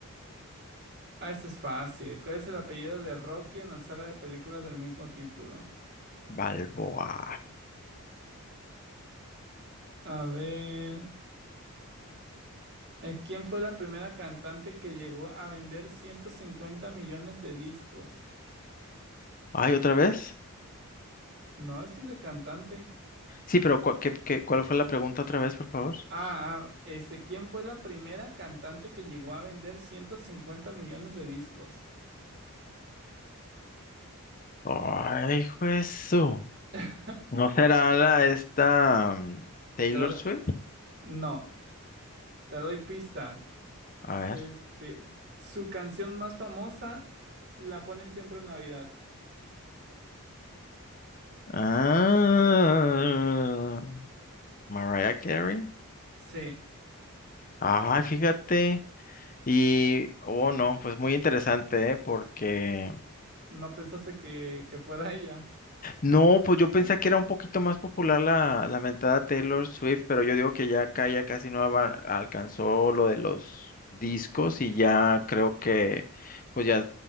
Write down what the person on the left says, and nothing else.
Balboa.
Ay, ¿otra vez?
Sí, pero ¿cuál, qué- qué- cuál fue la pregunta otra vez, por favor?
Ay, eso.
¿No será la esta mm, Taylor
Swift?
A ver.
Ah, Mariah Carey.
Ay, fíjate. Y, oh no, pues muy interesante, ¿eh? Porque,
no, pues yo pensé que era un poquito más popular la, la mentada Taylor Swift, pero yo digo que ya acá ya casi no ava- alcanzó lo de los discos y ya creo que, pues ya